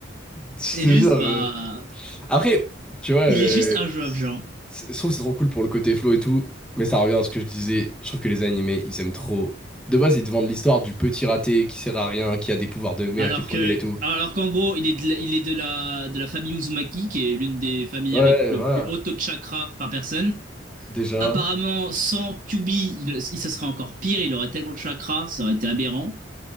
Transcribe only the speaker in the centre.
je
te
jure, euh,
Après, tu vois, euh,
c'est- je trouve que c'est trop cool pour le côté flow et tout, mais ça revient à ce que je disais. Je trouve que les animés, ils aiment trop. De base, ils te vendent l'histoire du petit raté qui sert à rien, qui a des pouvoirs de merde,
qui est trop
nul et tout.
Ouais,
voilà,
déjà.